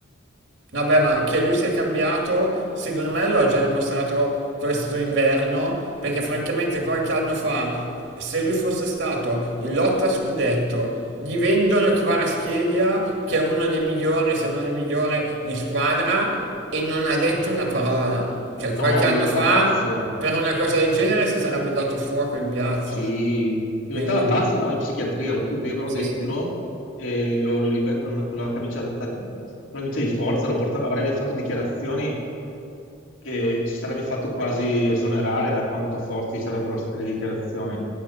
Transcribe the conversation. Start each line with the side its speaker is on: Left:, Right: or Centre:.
Right: Vabbè, ma che lui sia cambiato, secondo me lo ha già dimostrato questo inverno, perché francamente qualche anno fa, se lui fosse stato in lotta a scudetto, gli vendono Kvaratskhelia, che è uno dei migliori, se non il migliore in squadra, e non ha detto una parola. Cioè, qualche
Left: No, diventava
Right: anno fa,
Left: pazzo.
Right: per una cosa del genere, si sarebbe dato fuoco in piazza.
Left: Sì, diventava
Right: Quindi,
Left: pazzo, andava in psichiatria, lo chiudevano
Right: sì,
Left: dentro
Right: sì.
Left: e lo, lo liber- con, con la camicia, da- con la camicia di forza lo porta- avrebbe fatto dichiarazioni che si sarebbe fatto quasi esonerare da quanto forti sarebbero state le dichiarazioni.